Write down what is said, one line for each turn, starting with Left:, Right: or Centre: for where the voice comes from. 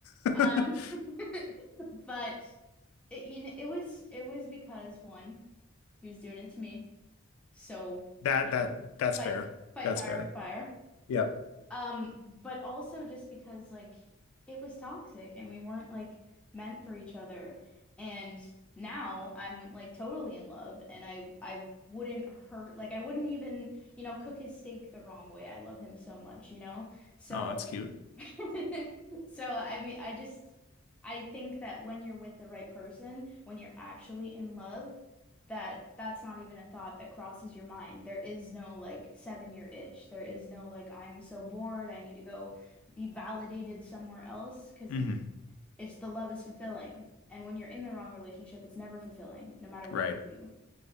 Left: <laughs>
Centre: Um, <laughs> but It, you know, it was it was because one, he was doing it to me. So,
Left: That
Centre: you
Left: that
Centre: know,
Left: that's
Centre: fight
Left: fair.
Centre: fight
Left: That's
Centre: fire
Left: fair.
Centre: with fire.
Left: Yep.
Centre: Um, but also just because like it was toxic and we weren't like meant for each other. And now I'm like totally in love and I I wouldn't hurt like I wouldn't even, you know, cook his steak the wrong way. I love him so much, you know? So
Left: Oh, that's cute.
Centre: <laughs> So, I mean, I just I think that when you're with the right person, when you're actually in love, that that's not even a thought that crosses your mind. There is no like seven year itch. There is no like I'm so bored, I need to go be validated somewhere else because
Left: hmm
Centre: it's it's the love is fulfilling. And when you're in the wrong relationship, it's never fulfilling, no matter what
Left: Right.
Centre: you do.